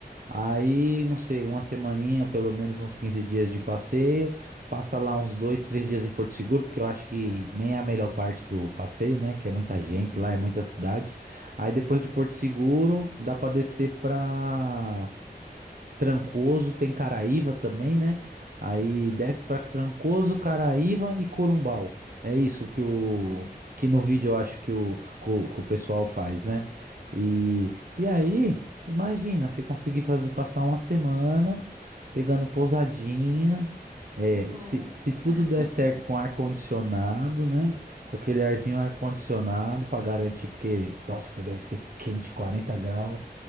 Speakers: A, on the right (about 60°); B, in the centre.
A: Aí, não sei, uma semaninha, pelo menos uns 15 dias de passeio. Passa lá uns dois, três dias em Porto Seguro, porque eu acho que nem é a melhor parte do passeio, né? Que é muita gente
B: Uhum.
A: lá, é muita cidade. Aí depois de Porto Seguro, dá pra descer pra Trancoso, tem Caraíva também, né? Aí desce pra Trancoso, Caraíva e Corumbau. É isso que
B: Corumbau.
A: o que no vídeo eu acho que o, que o, que o pessoal faz, né? E, e aí, imagina, você conseguir fazer passar uma semana pegando pousadinha, é,
B: Nossa.
A: se, se tudo
B: <laughs>
A: der certo com ar-condicionado, né? Com aquele arzinho ar-condicionado pra garantir, porque, nossa, deve ser quente, 40 graus.